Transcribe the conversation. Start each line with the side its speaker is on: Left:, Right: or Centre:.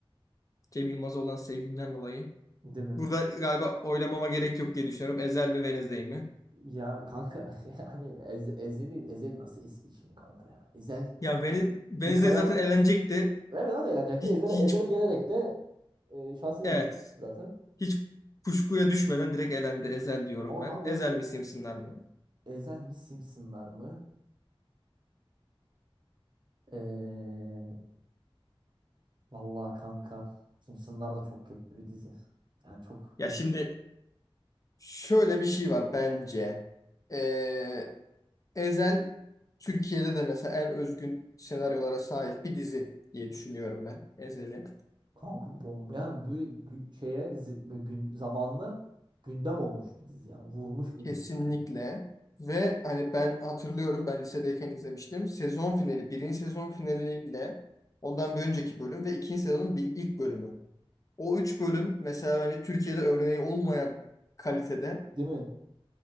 Left: Cem Yılmaz'a olan sevgimden dolayı.
Right: Değil mi?
Left: Burada galiba oylamama gerek yok diye düşünüyorum. Ezel mi Wednesday mi?
Right: Ya kanka <laughs> yani Ez Ezel'i Ezel nasıl eski için kanka ya. Ezel
Left: Ya Veniz, Wednesday
Right: benim hayat
Left: zaten eğlenecekti.
Right: evet zaten eğlenecekti.
Left: Hiç,
Right: Ezel'e
Left: hiç
Right: Ezel'e gelerek de e, şansını
Left: evet.
Right: yiyecek zaten.
Left: Hiç kuşkuya düşmeden direkt elendi. Ezel diyorum
Right: Ama
Left: ben.
Right: kanka Aynen.
Left: Ezel
Right: zaten bir de
Left: mi Simsinler mi?
Right: Ezel mi Simpsonlar mı? Ee, Vallahi kanka Simpsonlar da çok köklü bir dizi. Yani çok
Left: Ya
Right: geç
Left: şimdi şöyle bir şey var bence. Ee, Ezel Türkiye'de de mesela en özgün senaryolara sahip bir dizi diye düşünüyorum ben. Ezel'i.
Right: kanka bomba yani böyle gü- şeye zi- böyle gün zamanlı gündem olmuş bir dizi yani vurmuş bir
Left: Kesinlikle.
Right: dizi böyle.
Left: Ve hani ben hatırlıyorum ben lisedeyken izlemiştim. Sezon finali, birinci sezon finaliyle ondan bir önceki bölüm ve ikinci sezonun bir- ilk bölümü. O üç bölüm mesela hani Türkiye'de örneği olmayan kalitede
Right: Değil mi?